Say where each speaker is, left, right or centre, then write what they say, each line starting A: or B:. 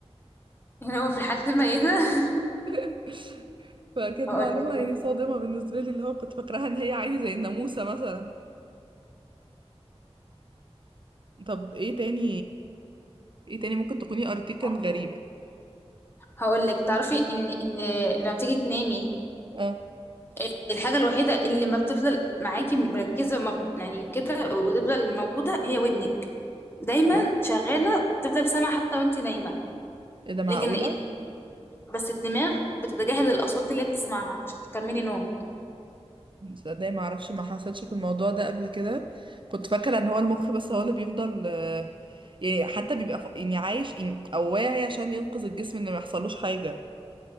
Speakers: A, on the left; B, on the right.
A: <laughs> اللي هو في الحته الميته <laughs>
B: <laughs> فكانت
A: هقول
B: معلومة
A: لك
B: يعني صادمة بالنسبة لي اللي هو كنت فاكراها ان هي عادي زي الناموسة مثلا طب ايه تاني ايه تاني ممكن تكوني قريتيه كان
A: هقول
B: غريب
A: لك هقول لك تعرفي ان ان لما بتيجي تنامي
B: اه
A: آه، الحاجه الوحيده اللي ما بتفضل معاكي مركزه ما ب- يعني كده وتفضل موجوده هي ودنك دايما
B: آه.
A: شغاله تفضل سامعه حتى وانت نايمه
B: ايه ده معقولة
A: لكن بس الدماغ بتتجاهل الاصوات اللي هي بتسمعها عشان تكملي نوم
B: تصدقي ما اعرفش ما حصلش في الموضوع ده قبل كده كنت فاكرة ان هو المخ بس هو اللي بيفضل آه، يعني حتى بيبقى ف- يعني عايش يعني او واعي عشان ينقذ الجسم ان ما يحصلوش حاجة